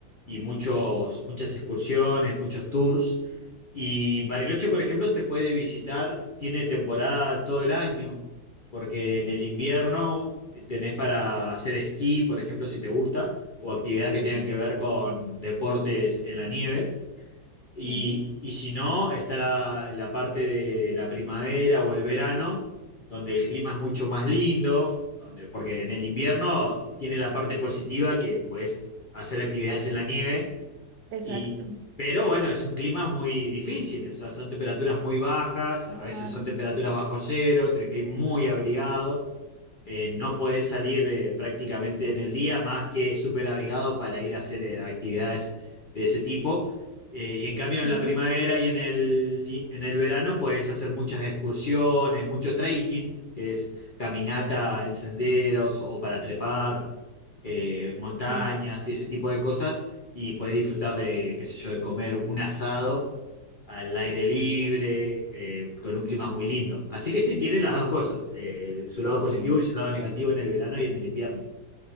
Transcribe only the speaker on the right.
sí,
sí.
Es
que,
exacto.
Claro,
sí,
ok,
ok.